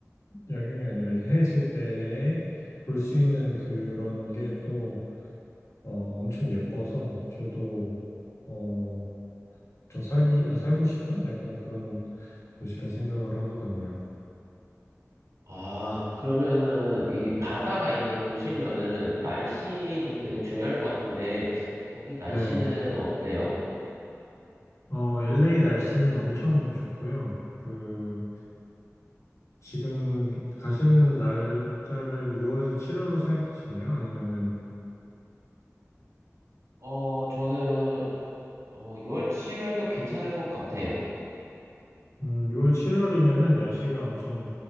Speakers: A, on the left (about 65°); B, on the right (about 70°).
A: 야경이 아니라 이제 해질 때 볼 수 있는 그런 게또 어, 엄청 예뻐서 저도 어, 좀 살기 아, 살고 싶은 약간 그런 도시라 생각을 하거든요.
B: 아, 그러면은 이게 바다가 있는 도시면은 날씨도 되게 중요할 것 같은데 거기 날씨는
A: 네.
B: 어때요?
A: 어, LA 날씨는 엄청 좋고요. 그 지금 가시는 날짜를 6월에서 7월로 생각하시나요? 아니면은
B: 어, 저는 어, 6월, 7월도 괜찮을 것 같아요.
A: 음, 6월 7월이면은 날씨가 엄청